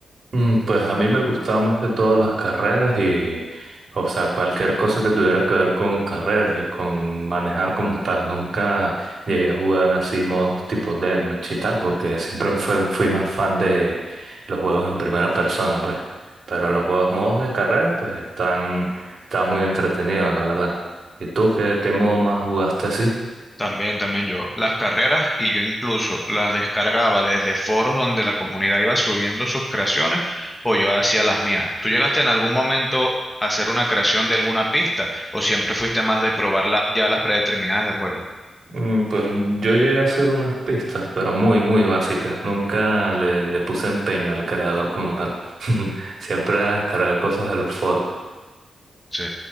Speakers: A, on the right; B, on the left.
A: Mm, Pues a mí me gustaban más que todas las carreras y, o sea, cualquier cosa que tuviera que ver con carreras y con manejar como tal. Nunca llegué a jugar así modos tipo deathmatch y tal, porque siempre me fue- fui más fan de los juegos en primera persona, pues. Pero los juegos modos de carreras pues están, están muy entretenidos, la verdad. ¿Y tú qué, qué modo más jugaste así?
B: También, también yo, las carreras y yo incluso las descargaba desde foros donde la comunidad iba subiendo sus creaciones o yo hacía las mías. ¿Tú llegaste en algún momento a hacer una creación de alguna pista o siempre fuiste más de probarla ya las predeterminadas del juego?
A: Mm, Pues yo llegué a hacer unas pistas, pero muy, muy básicas. Nunca le, le puse empeño al creador como tal. <laughs> Siempre era descargar cosas de los foros.
B: Sí,